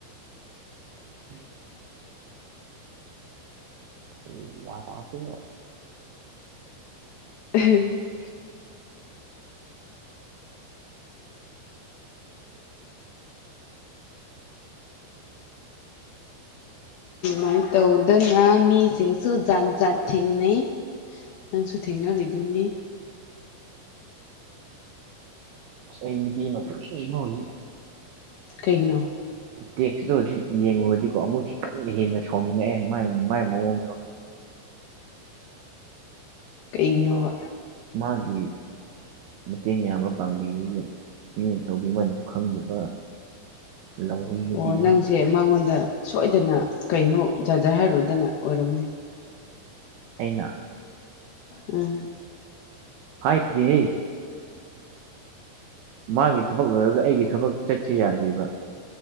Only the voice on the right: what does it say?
<unintelligible> <unintelligible>
ꯑꯁ ꯑꯩ ꯅꯨꯄꯤ ꯑꯃ ꯐꯨꯅꯤꯡꯉꯤꯉꫭ ꯍꯧꯖꯤꯛ꯫
ꯇꯦꯛꯁꯇꯣ ꯍꯧꯖꯤꯛ ꯌꯦꯡꯉꯨꯔꯗꯤꯀꯣ ꯑꯃꯨꯛꯁꯤ ꯀꯟꯅ ꯍꯦꯟꯅ ꯁꯥꯎꯅꯤꯡꯉꯛꯑꯦ ꯃꯥꯏ ꯃꯥꯏ ꯃꯑꯣꯡꯗꯣ꯫
ꯃꯥꯒꯤ ꯃꯇꯦꯡ ꯌꯥꯕ ꯄꯥꯡꯕꯤꯔꯒ ꯃꯤꯒꯤ ꯇꯧꯕꯤꯃꯜꯁꯨ ꯈꯪꯗꯕ꯫ ꯂꯝꯍꯨꯏ ꯅꯨꯄꯤꯗꯣ
ꯑꯩꯅꯥ꯫
ꯍꯥꯏꯗꯦꯍꯦ꯫ ꯃꯥꯒꯤ ꯊꯕꯛ ꯂꯣꯏꯔꯒ ꯑꯩꯒꯤ ꯊꯕꯛ ꯆꯠꯁꯦ ꯌꯥꯗ꯭ꯔꯤꯕ